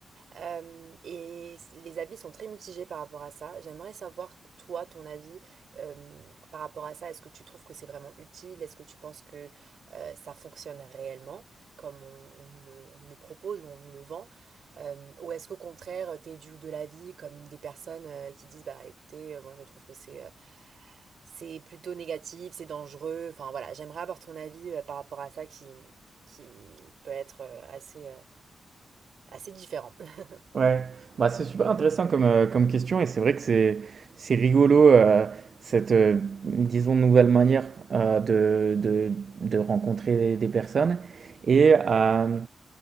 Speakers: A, on the right; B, on the right.
A: Euh, et les avis sont très mitigés par rapport à ça. J'aimerais savoir, toi, ton avis euh, par rapport à ça. Est-ce que tu trouves que c'est vraiment utile? Est-ce que tu penses que euh, ça fonctionne réellement, comme on, on nous le, on nous le propose ou on nous le vend? Euh, ou est-ce qu'au contraire, tu es du de l'avis comme des personnes euh, qui disent, bah écoutez, euh, moi je trouve que c'est euh, c'est plutôt négatif, c'est dangereux. Enfin voilà, j'aimerais avoir ton avis euh, par rapport à ça qui, qui peut être euh, assez, euh, assez différent. <laughs>
B: Ouais, bah, c'est super intéressant comme, euh, comme question et c'est vrai que c'est c'est rigolo euh, cette euh, disons nouvelle manière euh, de, de, de rencontrer des personnes. Et euh,